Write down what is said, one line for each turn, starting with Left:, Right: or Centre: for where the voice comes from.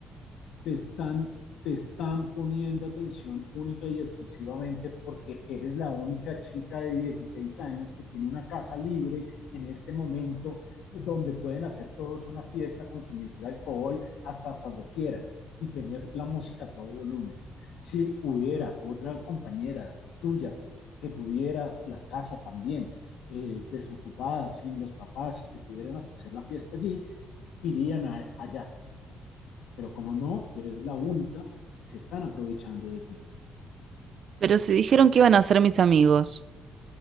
Left: te están, te están poniendo atención única y exclusivamente porque eres la única chica de 16 años que tiene una casa libre en este momento eh, donde pueden hacer todos una fiesta, consumir alcohol hasta cuando quieran y tener la música a todo volumen. Si hubiera otra compañera tuya que tuviera la casa también eh, desocupada, sin los papás y que pudieran hacer la fiesta allí, irían a, allá. Pero como no, tú eres la única, se están aprovechando de ti.
Right: Pero si dijeron que iban a ser mis amigos.